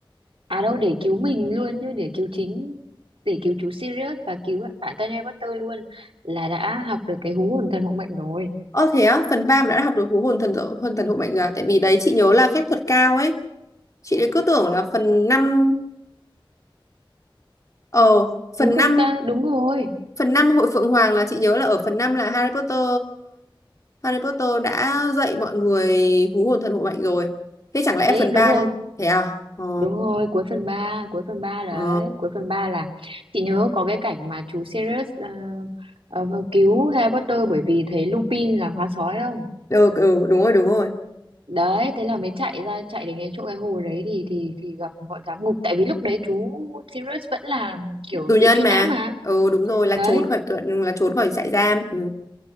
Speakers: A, on the right; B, on the left.
A: à đâu để cứu mình luôn chứ để cứu chính để cứu chú Sirius và cứu bản thân Harry Potter luôn là đã học được cái hú hồn thần hộ mệnh rồi
B: Ơ thế á, phần ba mà đã học được hú hồn thần dụ- hồn thần hộ mệnh rồi à? tại vì đấy chị nhớ là phép thuật cao ấy. Chị lại cứ tưởng là phần năm ờ phần
A: đúng không
B: năm
A: ta đúng rồi
B: Phần 5 Hội Phượng Hoàng là chị nhớ là ở phần 5 là Harry Potter Harry Potter đã dạy mọi người hú hồn thần hộ mệnh rồi. Thế chẳng lẽ
A: thế
B: phần
A: đúng
B: ba
A: rồi
B: thế à? Ồ,
A: Đúng rồi, cuối phần ba cuối phần ba đấy,
B: ồ.
A: cuối phần 3 là chị nhớ có cái cảnh mà chú Sirius ờ, ờ, vâng, cứu Harry Potter bởi vì thấy Lupin là hóa sói không?
B: Được, ừ, đúng rồi, đúng rồi.
A: Đấy, thế là mới chạy ra chạy đến cái chỗ cái hồ đấy thì thì thì gặp bọn giám ngục tại vì lúc đấy chú Sirius vẫn là kiểu
B: Tù nhân
A: bị truy
B: mà.
A: nã mà.
B: Ừ, đúng rồi, là
A: Đấy,
B: trốn khỏi tuệ- là trốn khỏi trại giam. Ừ.